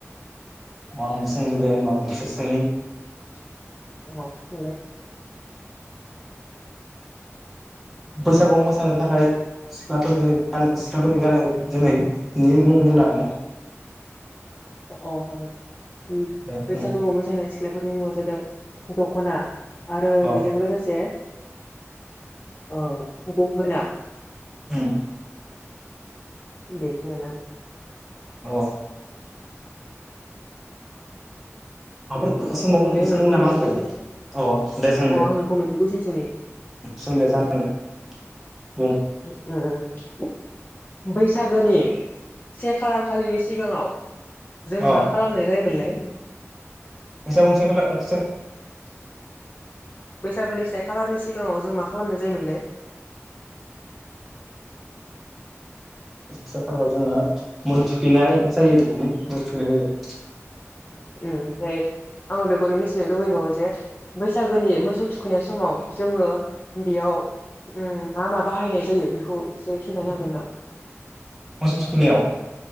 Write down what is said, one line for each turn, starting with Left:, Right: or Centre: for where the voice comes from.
Centre: <inaudible>
Left: <unintelligible>
Centre: बैसागु मोसानो थाखाय सिख्लाफोरनि ग सिख्लाफोरनि गाननाय जोमनायनि मुं बुंनो हागोनना।
Left: औ हागोन
Centre: दे
Left: बैसागुखौ
Centre: बुं
Left: मोसानाय सिख्ला फोरनि मुङा जादों दख'ना आरो
Centre: अ
Left: बेजों लोगोसे औ गंगोना
Centre: उम
Left: बेखिनिआनो
Centre: अ माबाफोरफोरखौ सोंबावगोन
Left: आरो ओमफ्राय आं
Centre: सोंगोन
Left: नोंखौ
Centre: नामा
Left: मोनसेसो
Centre: आंखौ?
Left: कुइसन
Centre: अ दे सों
Left: अ
Centre: दे
Left: आं नोंखौ मोनसे कुइसन सोंनि
Centre: सों दे जागोन दे। बुं
Left: उम बैसागोनि से खालार खालिनि सिगाङाव जों
Centre: अ
Left: मा खालामनाय जायोमोनलाय
Centre: <inaudible>
Left: <inaudible> बैसागोनि से खालारनि सिगाङाव जों मा खालामनाय जायोमोनलै?
Centre: से खालाराव जोङो मोसौ थुखैनाय जायो बिदिनो मोसौ थुखैनाय जायो।
Left: उम ओमफ्राय आङो बेखौनो मिथिनो लुबैबावो जे बैसागोनि मोसौ थुखैनाय समाव जोङो बेयाव उम मा मा बाहायनाय जायो बेखौ एसे खिन्थानो हागोन ना?
Centre: मोसौ थुखैनायाव।